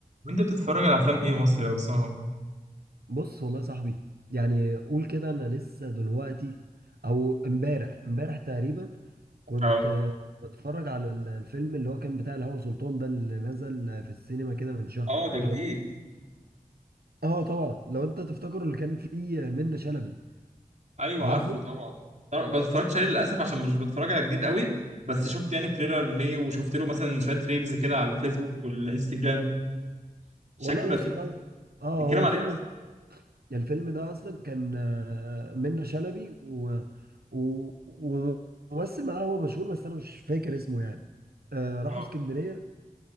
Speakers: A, on the right; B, on the right.
A: وانت بتتفرج على افلام ايه مصري يا اسامه
B: بص والله يا صاحبي يعني قول كده انا لسه دلوقتي او امبارح امبارح تقريبا كنت
A: اه
B: آه، بتفرج على ال- الفيلم اللي هو كان بتاع الهوى سلطان ده اللي نزل آه، في السينما كده من شهر
A: اه ده
B: لو
A: جديد
B: اه طبعا لو انت تفتكر اللي كان فيه آه، منة شلبي
A: ايوه
B: عارفه
A: عارفه طبعا طبعا ما اتفرجتش عليه للاسف عشان مش بتفرج على جديد قوي بس شفت يعني تريلر ليه وشفت له مثلا شويه ريلز كده على الفيسبوك والانستجرام شكله
B: والله بص
A: لذيذ
B: يا صاحبي اه
A: بيتكلم
B: هو الفيلم
A: على ايه اصلا
B: ده الفيلم ده اصلا كان آه، منة شلبي و... و... وممثل معاه هو مشهور بس انا مش فاكر اسمه يعني آه راحوا
A: اه
B: اسكندرية